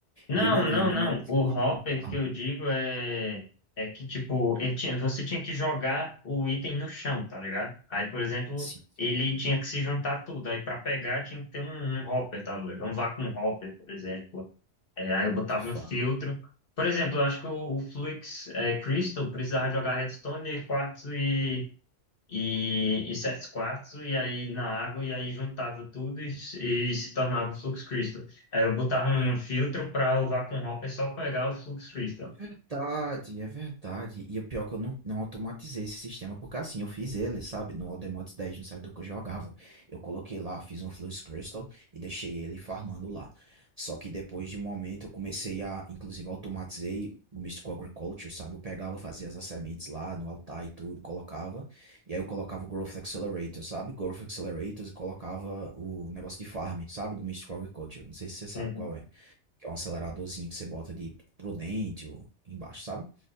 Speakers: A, on the left (about 50°); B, on the right (about 40°).
A: Não,
B: E, mano,
A: não,
B: eu lembro
A: não.
B: de uma vez
A: O
B: que eu
A: hopper
B: fiz uma farm,
A: que eu digo é, é que, tipo, ele tinha, você tinha que jogar o item no chão, tá ligado? Aí, por exemplo,
B: assim,
A: ele tinha que se juntar tudo. Aí, para pegar, tinha que ter um, um hopper, tá ligado? Um vacuum hopper, por exemplo. É, aí eu botava
B: de fato.
A: um filtro. Por exemplo, eu acho que o, o Flux é, Crystal precisava jogar redstone e quartzo e, e, e sete quartzo e aí na água e aí juntava tudo e, se- e se tornava o Flux Crystal. Aí eu botava um filtro para o Vacuum Hopper só pegar o Flux Crystal.
B: É verdade, é verdade. E o pior é que eu não, não automatizei esse sistema, porque assim, eu fiz ele, sabe, no Aldemotes 10, no servidor que eu jogava. Eu coloquei lá, fiz um Flux Crystal e deixei ele farmando lá. Só que depois de um momento eu comecei a, inclusive, automatizei o Mystical Agriculture, sabe? Eu pegava, fazia as sementes lá no altar e tudo, colocava. E aí eu colocava o Growth Accelerator, sabe? Growth Accelerators e colocava o negócio de farm, sabe? Do Mystical Agriculture. Não sei se você sabe
A: Entendi.
B: qual é que é um aceleradorzinho que você bota de prudente ou embaixo, sabe?